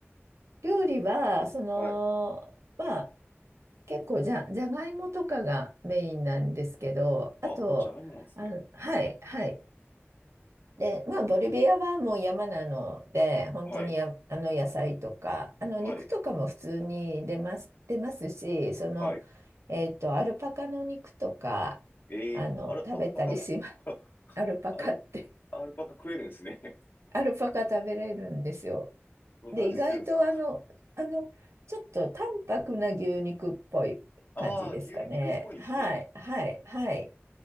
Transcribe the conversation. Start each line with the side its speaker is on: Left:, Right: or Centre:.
Right: 料理は、その、
Left: はい。
Right: まあ、結構じゃ、じゃがいもとかがメインなんですけど、あと、
Left: あ、じゃがいもなんですね。
Right: あの、はい、はい。で、まあ、ボリビアはもう山なので、本当にや、
Left: はい。
Right: あの野菜とか、あの肉とかも普通に出ます、
Left: はい。
Right: 出ますし、その、
Left: はい。
Right: えっと、アルパカの肉とか、
Left: えー、
Right: あの、
Left: アル、
Right: 食べたりします。
Left: アルパカ。
Right: <laughs> アルパカって、
Left: <laughs> アルパカ食えるんですね。<laughs>
Right: <laughs> アルパカ食べれるんですよ。
Left: どんな味するんですか
Right: で、意外とあの、あの、ちょっと淡白な牛肉っぽい感じですかね。
Left: ああー、牛肉っぽいんですね。
Right: はい、はい、はい。